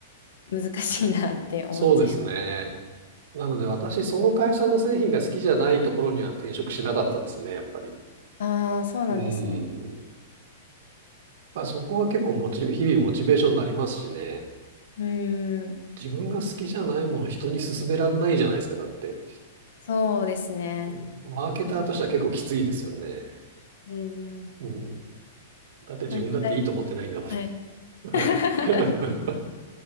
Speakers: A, on the left (about 75°); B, on the right (about 60°).
A: 難しいなって思っちゃい
B: そうですね。なので私、その会社の製品が好きじゃないところには転職しなかったですね、やっぱり。
A: ああ、そうなんですね。
B: うん。まあ、そこは結構モチ、日々モチベーションになりますしね。
A: うーん、
B: 自分が好きじゃないものを人に勧められないじゃないですか、だって。
A: そうですね。
B: うんマーケターとしては結構きついですよね。
A: うーん。
B: うん、だって自分だっていいと思ってないんだもん。
A: ああ代はい。
B: <laughs> はい。
A: <laughs>
B: <laughs>